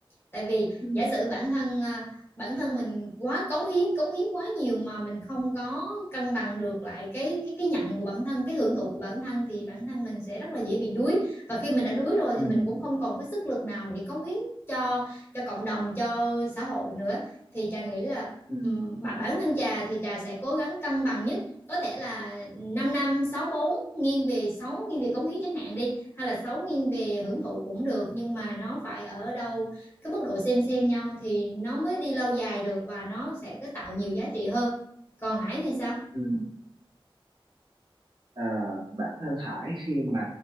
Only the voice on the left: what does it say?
tại vì
giả sử bản thân à, bản thân mình quá cống hiến cống hiến quá nhiều mà mình không có cân bằng được lại cái cái cái nhận của bản thân cái hưởng thụ của bản thân thì bản thân mình sẽ rất là dễ bị đuối và khi mình đã đuối rồi thì
mình cũng không còn cái sức lực nào để cống hiến cho cho cộng đồng cho xã hội nữa thì trà nghĩ là
ừm, bản bản thân trà thì trà sẽ cố gắng cân bằng nhất có thể là 5 năm 6 bốn nghiêng về 6 nghiêng về cống hiến chẳng hạn đi hay là 6 nghiêng về hưởng thụ cũng được nhưng mà nó phải ở đâu cái mức độ xem xem nhau thì nó mới đi lâu dài được và nó sẽ có tạo nhiều giá trị hơn còn Hải thì sao